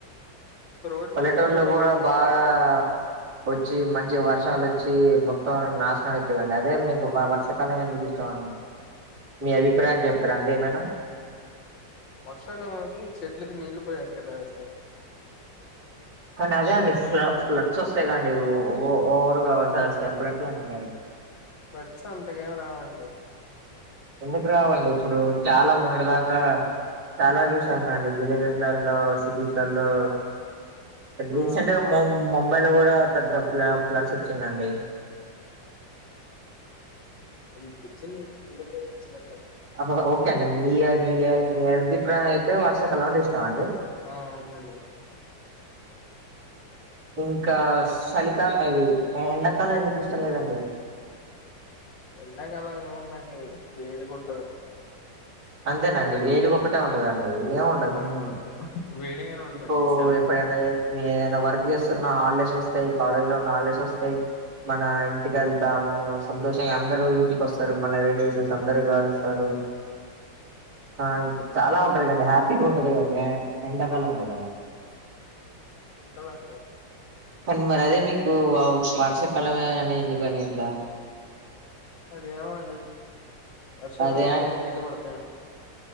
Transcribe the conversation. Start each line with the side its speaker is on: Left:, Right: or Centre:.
Left: రోడ్లు
Right: పల్లెటూరులో
Left: చిన్న చిన్నగా
Right: కూడా
Left: ఉంటాయి
Right: బాగా
Left: కదండి
Right: వచ్చి మంచి వర్షాలు వచ్చి మొత్తం నాశనం అయిపొయోదండి. అదే మీకు వర్షాకాలమే ఎందుకు ఇష్టం అండి. వ్మ్ మీ అభిప్రాయం చెప్పరా అండి ఏమైనా
Left: వర్షకాలం అయితే చెట్లకు నీళ్ళు పోయ అక్కర్లేదు అండి
Right: కానీ అదే అండి ఫ్ల
Left: ఆ
Right: ఫ్లడ్స్ వస్తాయి కాండి ఓవర్గావర్ వర్షాలు వస్తాయి అప్పుడేట్లా అండి మరి
Left: ఫ్లడ్స్ అంతగా ఏం రావండి
Right: ఎందుకు రావండి ఇప్పుడు చాలా మొన్నటి దాకా చాలా చూసాంగా అండి విలేజెస్ లలో సిటీస్ లలో రీసెంట్
Left: ఆ
Right: గా మొం ముంబై లో కూడా పెద్ద ఫ్ల ఫ్లట్స్ వచ్చిందండి
Left: అది బ్రిడ్జనిట్లా నిండిపోయి వచ్చినట్టుంది
Right: అస ఓకే అండి మీయ మీయ మీయ అభిప్రాయం అయితే వర్షాకాలం అంటే ఇష్టమాండి.
Left: ఆ అవునండి
Right: ఇంకా సలిక అది ఎండకాలం ఎందుకు ఇష్టం లేదండి
Left: ఎండాకాలం ఏముందండి వేడిగా ఉంటది
Right: అంతేనండి వేడిగా ఒక్కటే ఉంటదండి ఇగ ఏమి
Left: ఆ వేడిగానే ఉంటదండి
Right: మీకు
Left: చాలా
Right: ఎప్పుడైన ఏ మీ ఏమన్నా వర్క్ చేస్తున్న హాలిడేస్ వస్తాయి కాలేజ్ లో ఉన్న హాలిడేస్ వస్తాయి. మన ఇంటికి వెళ్తాము సంతోషంగా అందరూ ఇంటికోస్తారు. మన రిలేటివ్స్ అందరు కలుస్తారు. ఆ చాలా ఉంటది కండి హ్యాపీగా ఉంటది కండి ఎండాకాలం అవునా
Left: ఉంటదండి
Right: కానీ మరి అదే మీకు వార్షాకాలమే అని ఎందుకని ఇట్లా
Left: అదేమండి వర్షాకాలం
Right: అదే
Left: అయితే నీళ్లు పడతాయని